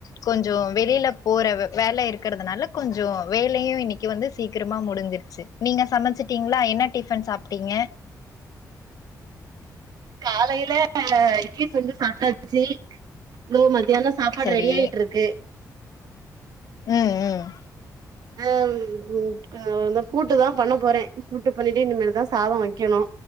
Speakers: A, on the left; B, on the right.
A: கொஞ்சோ வெளில போற வே வேல இருக்றதுனால கொஞ்சோ வேலையு இன்னிக்கு வந்து சீக்ரமா முடுஞ் தெர்ஞ்ச் நீங்க சமச்சுட்டீங்ளா என்ன டிஃபன் சாப்டீங்க
B: காலையில ஆ இட்லி செஞ்சு சாப்டாச்சி <unintelligible> மத்தியானம் சாப்பாடு
A: சரி
B: ரெடி ஆயிட்ருகு
A: ம் ம்
B: ஆஹ்ம் கூ அ ந்த கூட்டு தா பண்ண போறே கூட்டு பண்ணிட்டு இனிமேல்தா சாதோ வைக்கணு